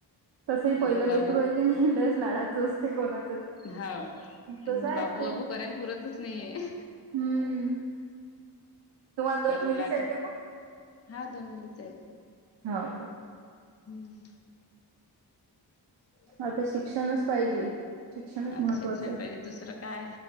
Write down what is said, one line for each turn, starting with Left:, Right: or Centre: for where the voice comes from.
Right: तसंही
Left: म्हणलं
Right: पहिलं
Left: बाबू
Right: लेकरू आहे की नाही लस लाडाचं असते कोणाचं.
Left: हाव <unintelligible>
Right: तसं आहेच
Left: बाबू
Right: ते.
Left: बाबू करायला पुरतच नाहीये.
Right: हम्म. तुम्हाला
Left: कल्ला
Right: दोन मुलीच हायत
Left: की
Right: का मग?
Left: हा दोन मुलीच आहेत
Right: हो का.
Left: हम्म. <unintelligible>
Right: आता शिक्षणच पाहिजे. शिक्षणच
Left: आता
Right: महत्त्वाचं
Left: शिक्षण
Right: आहे.
Left: पाहिजे दुसरं काय